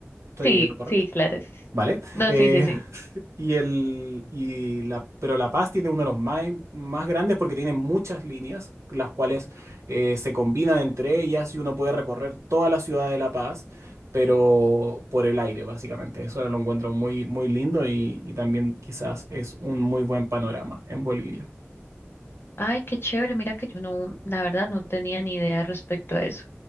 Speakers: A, on the right; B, on the left.
A: Estoy
B: Sí,
A: en lo correcto.
B: sí, claro.
A: Ah, Vale.
B: No,
A: Eh,
B: sí, sí, sí.
A: <laughs> y el, y la, pero La Paz tiene uno de los más, más grandes porque tiene muchas líneas, las cuales eh, se combinan entre ellas y uno puede recorrer toda la ciudad de La Paz, pero por el aire, básicamente. Eso lo encuentro muy, muy lindo y, y también quizás es un muy buen panorama en Bolivia.
B: Ay, qué chévere, mira que yo no, la verdad no tenía ni idea respecto a eso.